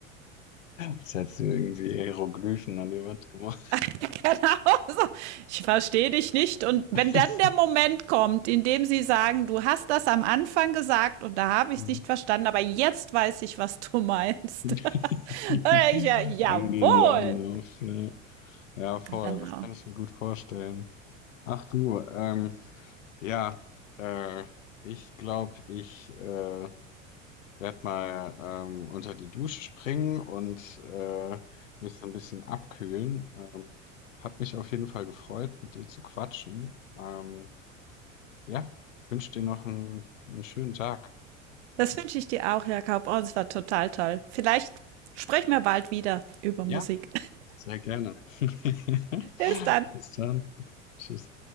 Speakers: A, on the left; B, on the right.
A: Jetzt hättest du irgendwie Hieroglyphen an die Wand gemacht.
B: <laughs> genau, so, ich verstehe dich nicht. Und wenn
A: <laughs>
B: dann der Moment kommt, in dem sie sagen, du hast das am Anfang gesagt und da habe ich
A: Mhm.
B: es nicht verstanden, aber jetzt weiß ich, was du meinst.
A: <laughs>
B: <laughs> dann
A: Dann
B: denke ich ja, jawohl.
A: gehen die Augen auf. Ja, ja, voll,
B: Genau.
A: das kann ich mir gut vorstellen. Ach du, ähm, ja, äh, ich glaube, ich äh, werde mal ähm, unter die Dusche springen und äh, mich so ein bisschen abkühlen. Ähm, hat mich auf jeden Fall gefreut, mit dir zu quatschen. Ähm, ja, wünsche dir noch einen, einen schönen Tag.
B: Das wünsche ich dir auch, Jakob. Oh, es war total toll. Vielleicht sprechen wir bald wieder über
A: Ja,
B: Musik.
A: sehr gerne. <laughs>
B: Bis dann.
A: Bis dann. Tschüss.